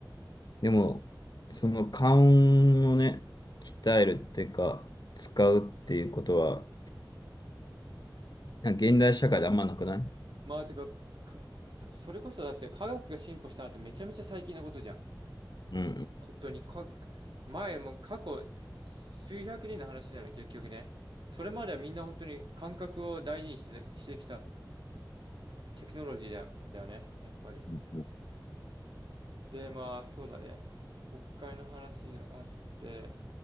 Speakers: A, on the left; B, on the right.
A: でも、その勘をね、鍛えるっていうか、使うっていうことは、なんか現代社会であんまなくないう
B: まあ、てか、か、それこそだって科学が進歩したのってめちゃめちゃ最近のことじゃん。
A: ん
B: 本当にか、前も過去数百人の話なの、結局ね。それまではみんな本当に感覚を大事にして、してきたテクノロジーだ、だよね、やっぱり。
A: うん。
B: で、まあ、そうだね。国会の話があって、